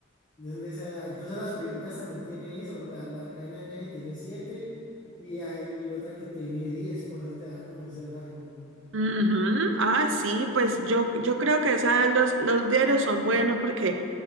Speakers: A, on the left; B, on the right.
A: Donde sea, incluso las primitas también tiene eso. La, la, hay una niña que tiene siete y hay otra que tiene 10, por eso te da como ese rango.
B: Ujú. Ah, sí, pues yo, yo creo que esa- los, los diarios son buenos porque